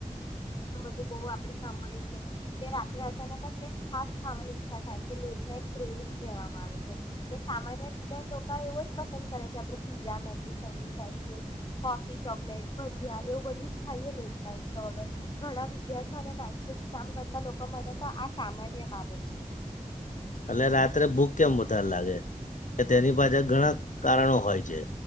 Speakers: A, on the left (about 35°); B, on the left (about 70°).
A: તો બો આપડે સાંભળ્યું છે. કે રાત્રે અચાનક છે કે ખાસ ખાવાની ઈચ્છા થાય કે લેટ નાઈટ ક્રાવિંગ કહેવામાં આવે છે કે સામાન્ય રીતે લોકો એવો જ પસંદ કરે કે આપ. Pizza Maggi sandwich ice cream coffee. Chocolate. જ હા એવું બધું જ. થાઈએ ને એટલાય તો હવે ઘણા વિદ્યાર્થી. નાઇટ શિફ્ટ કામ કરતા લોકો માટે. તો આ સામાન્ય બાબત છે.
B: એટ રાત્રે ભૂખ કેમ વધારે લાગે કે તેની પાછળ ઘણા કારણો હોય છે